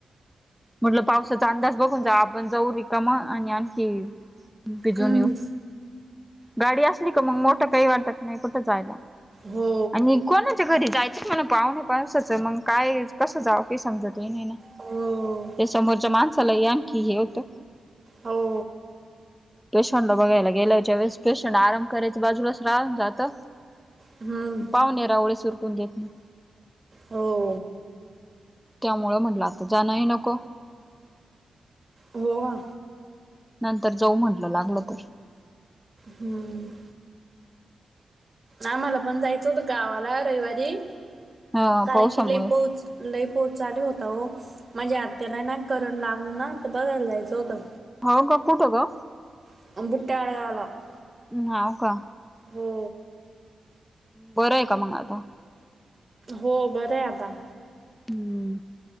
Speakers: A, in the centre; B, on the right.
A: म्हटल, पावसाचा अंदाज बघून जा आपण जाव, आपण जाऊ रिकाम आणि आणखी भिजून
B: हम्म
A: येऊ. गाडी असली का, मग मोठ काही वाटत नाही कुठं जायला.
B: हो
A: आणि कोणाच्या घरी जायचं पावण्या पावसाच मंग काय कसं जाव, ते समजत हि नाही ना.
B: हो.
A: ते समोरच्या माणसालाही आणखी हे होतं.
B: हो.
A: पेशंटला बघायला गेल्याच्या वेळेस पेशंट आराम करायचं बाजूलाच राहून जातं.
B: हम्म
A: पाहुणे रावळेच उरकून देत. नाही
B: हो.
A: त्यामुळं म्हटलं आता जाणंही नको.
B: हो का?
A: नंतर जाऊ म्हटलं लागलं तर.
B: हम्म. आम्हाला पण जायचं होत गावाला रविवारी,
A: हा
B: कारण
A: पावसामुळे
B: कि लई पाऊच लई पाऊच चालू होता हो, माझ्या आत्याला ना करंट लागल ना, तर बघायला जायचं होतं.
A: हो का, कुठं ग?
B: <unintelligible>
A: हाव का?
B: हो.
A: बरंय का मंग आता?
B: हो, बरं आहे आता.
A: हम्म.